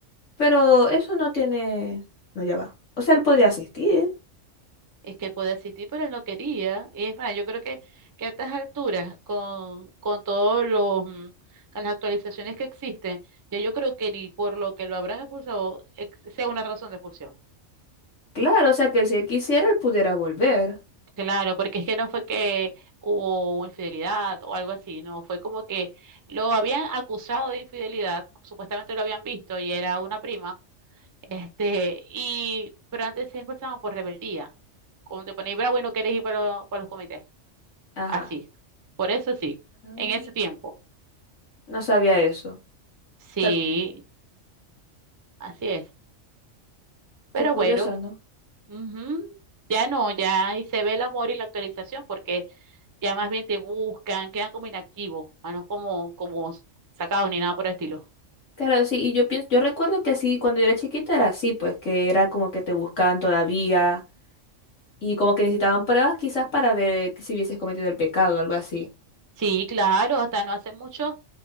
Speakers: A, on the left (about 75°); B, on the right (about 30°).
A: Pero eso no tiene... No, ya va. O sea, él podría asistir.
B: es que él podía asistir, pero él no quería. Y es más, yo creo que, que a estas alturas, con, con todos los, mm, con las actualizaciones que existen, ya yo creo que ni por lo que lo habrán expulsado ex- sea una razón de expulsión.
A: Claro, o sea que si él quisiera, él pudiera volver.
B: Claro, porque es que no fue que hubo infidelidad o algo así, no, fue como que lo habían acusado de infidelidad, supuestamente lo habían visto y era una prima, este, y, pero antes se expresaban por rebeldía, como te ponéis bravo y no querés ir para, los para los comités,
A: Ajá.
B: así, por eso sí,
A: Ay.
B: en ese tiempo,
A: No sabía eso.
B: sí,
A: O sea,
B: así es, pero
A: qué curioso,
B: bueno,
A: ¿no?
B: Ujú. Ya no, ya ahí se ve el amor y la actualización porque ya más bien te buscan, quedan como inactivos, más no como, como sacados ni nada por el estilo.
A: Claro, sí, y yo pienso, yo recuerdo que así cuando yo era chiquita era así, pues que era como que te buscaban todavía y como que necesitaban pruebas quizás para ver que si hubieses cometido el pecado o algo así.
B: Sí, claro, hasta no hace mucho